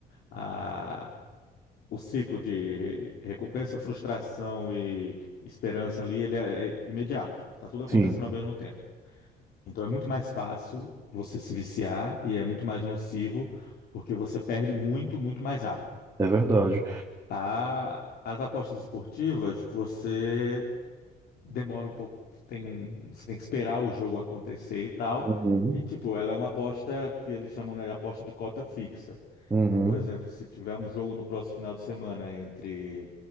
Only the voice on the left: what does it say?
a o ciclo de recompensa, frustração e esperança ali, ele é é imediato. Tá tudo acontecendo
ao mesmo tempo. Então é muito mais fácil você se viciar e é muito mais nocivo porque você perde muito, muito mais rápido.
A- as apostas esportivas, você demora um pouco, tem um, você tem que esperar o jogo acontecer e tal.
E, tipo, ela é uma aposta que eles chamam, né, de aposta de cota fixa.
Então, por exemplo, se tiver um jogo no próximo final de semana entre